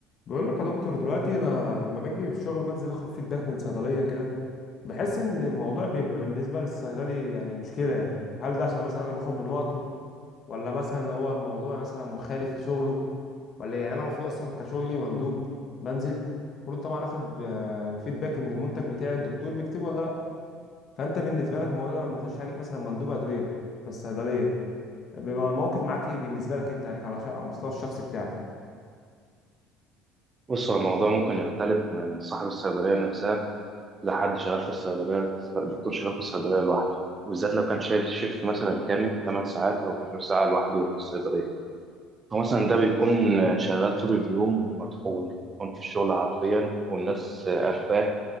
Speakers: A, on the left (about 45°); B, on the right (about 30°).
A: بقول لك يا دكتور دلوقتي انا لما باجي في الشغل بنزل اخد فيدباك من صيدليه كده بحس ان الموضوع بيبقى بالنسبه للصيدلي يعني مشكله يعني هل ده عشان مثلا انا باخد من وقته ولا مثلا هو الموضوع مثلا مخالف لشغله ولا إيه؟ يعني انا المفروض اصلا كشغلي مندوب بنزل المفروض طبعا اخد آه، فيدباك ان المنتج بتاعي الدكتور بيكتبه ولا لا فانت بالنسبه لك الموضوع ده لما يخش عليك مثلا مندوب ادويه في الصيدليه بيبقى الموقف معاك ايه بالنسبه لك انت يعني على على المستوى الشخصي بتاعك
B: بص هو الموضوع ممكن يختلف من صاحب الصيدلية نفسها لحد شغال في الصيدلية دكتور شغال في الصيدلية لوحده وبالذات لو كان شايف شيفت مثلا كامل 8 ساعات أو 12 ساعة لوحده في الصيدلية هو مثلا ده بيكون شغال طول اليوم مطحون مطحون في الشغل حرفيا والناس قرفاه